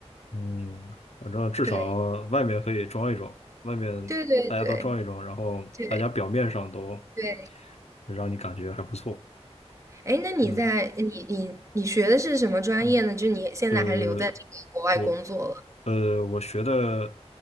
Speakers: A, on the left (about 70°); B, on the right (about 25°).
A: 嗯，反正至少外面可以装一装，
B: 对
A: 外面大家都装一装，
B: 对对对
A: 然后大家表面上都
B: 对对，
A: 让你感觉还不错，
B: 哎，那你在你你你学的是什么专业呢？
A: 嗯嗯，
B: 就你现在还留在这个国外工作了，
A: 呃。我呃，我学的